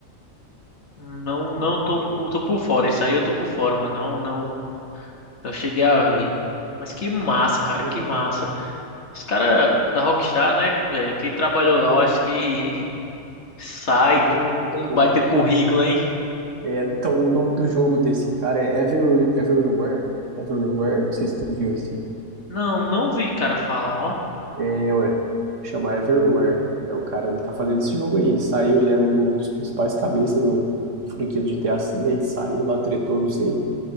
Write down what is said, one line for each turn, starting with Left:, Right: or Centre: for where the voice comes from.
Left: Não,
Right: É,
Left: não tô,
Right: porra,
Left: tô por fora. Isso aí eu tô por fora, mano. Não, não. Eu cheguei a ver. Mas que massa, cara,
Right: não,
Left: que
Right: velho.
Left: massa. Os caras da Rockstar, né, velho? Quem trabalhou lá, eu acho que <laughs> sai
Right: Ah,
Left: com, com um
Right: pô,
Left: baita currículo, hein?
Right: É, então, o nome do jogo desse cara é Ever, Everywhere. Everywhere, não sei se tu viu esse.
Left: Não, não vi, cara, falar, ó.
Right: É, ué. Chama Everywhere. É o cara, ele tá fazendo esse jogo aí. Ele saiu, ele era um do- dos principais cabeças do- da franquia do GTA assim. Daí ele saiu lá, tretou, não sei.